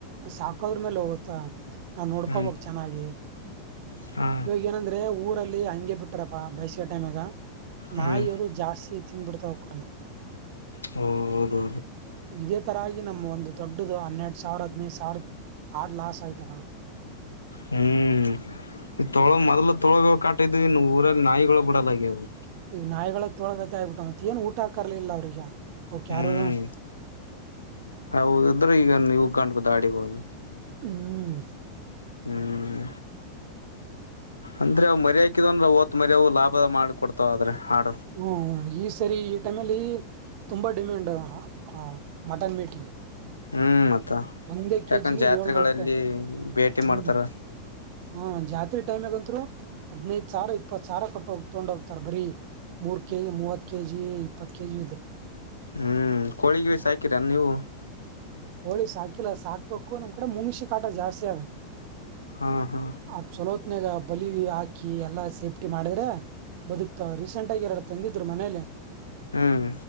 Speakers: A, on the right (about 45°); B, on the left (about 80°).
A: ಸಾಕದ್ರ ಮೇಲೆ ಹೋಗುತ್ತ ನಾವು ನೋಡ್ಕೋಬಕ್
B: ಹ್ಮ್
A: ಚೆನ್ನಾಗಿ
B: ಹಾ
A: ಇವಾಗ ಏನಂದ್ರೆ ಊರಲ್ಲಿ ಹಂಗಗೆ ಬಿಟ್ಟ್ರಪ್ಪಾ ಬಸ ಟೈಮ್ಗ
B: ಹ್ಮ್
A: ನಾಯಿ ಅದು ಜಾಸ್ತಿ ಇ ತಿಿಂದ ಬಿಿಡ್ತಾ ಹೋಗಕ್ರಣ
B: ಹ ಹೌದೌದು
A: ಇದೇ ತರ ಆಗಿ ನಮ್ಮ ಒಂದು ದೊಡ್ಡದು ಹನ್ನೆರಡ್ ಸಾವಿರ ಹದಿನೈದು ಸಾವಿರದ ಆಡ್ ಲಾಸ್ ಆಯ್ತಪ್ಪ
B: ಹ್ಮ್ ಈ ತೊಳ ಮೊದ್ಲ ತೊಳಗಳು ಕಾಟಿದ್ವಿನ್ನು ಊರಲ್ಲಿ ನಾಯಿಗಳು ಬಿಡಲ್ಲಗ್ಯವು
A: ಈಗ ನಾಯಿಗಳ ತೊಳಗತೆ ಆಗ್ಬಿಟ್ಟ ಮತ್ತ ಏನ್ ಊಟ ಹಾಕರ್ಲಿಲ್ಲ ಅವ್ರಿಗೆ ಅವಕ್
B: ಹ್ಮ್
A: ಯಾರು
B: ಹೌದ್ರೆ ಈಗ ನೀವು ಗಂಡು ದಾಡಿ ಹೋದು
A: ಹ್ಮ್
B: ಹ್ಮ್ ಅಂದ್ರೆ ಅವ್ ಮರಕ ಹಾಿದಂದ್ರೆ ಹ್ತ್ ಮರಿ ಅವು ಲಾಭ ಮಾಡಕಡ್ತಾವ ಆದ್ರೆ ಹಾಡು
A: ಹ್ಮ್ ಈ ಸರಿ ಈ ಟೈಮಲ್ಲಿ ತುಂಬಾ ಡಿಮ್ಯಾಂಡ್ ಹ ಹ ಮಟನ್ ಮೀಟಿಗೆ
B: ಹ್ಮ್ ಮತ್ತ
A: ಒಂದೇ ಕೆಜಿಗೆ
B: ಯಾಕಂದ ಜಾತ್ರೆಗಳಲ್ಲಿ
A: ಏಳ್ನೂರು ರೂಪಾಯಿ
B: ಭೇಟಿ
A: ಹ್ಮ
B: ಮಾಡ್ತಾರ
A: ಹ ಜಾತ್ರೆ ಟೈಮ್ ಆಗಂತರು ಹದ್ನೈದ ಸಾವಿ ಇಪ್ಪತ್ ಸಾವಿ ಕಟ್ಟ ಹೋಗ್ ತೊಂಡ ಹೋಗ್ತಾರ ಬರರಿ ಮೂರ್ ಕೆಜಿ ಮೂವತ್ ಕೆ ಜಿ ಇಪ್ಪತ್ತು ಕೆ ಜಿ ಇದೆ
B: ಹ್ಮ್ ಕೋಳಿಗಿಿಸ ಸಾಾಕಿರ ನೀವು
A: ಹೋಳಿ ಸಾಕಿಲ್ಲ ಸಾಕ್ಬೇಕು ನಮ್ ಕಡೆ ಮುಗಸಿ ಕಾಟ ಜಾಸ್ತಿ ಅ
B: ಹಾ ಹಾ
A: ಆ ಚಲೋ ತ್ನಾಗ ಬಲಿ ಹಾಕಿ ಎಲ್ಲಾ ಸೇಫ್ಟಿ ಮಾಡಿದ್ರೆ ಬದುಕ್ತಾವ ರೀಸೆಂಟ್ ಆಗಿ ಎರಡು ತಂದಿದ್ರು ಮನೇಲಿ
B: ಹ್ಮ್